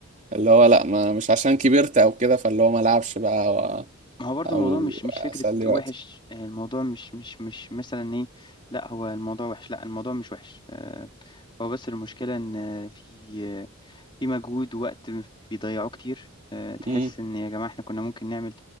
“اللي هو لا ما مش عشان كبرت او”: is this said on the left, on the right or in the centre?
Right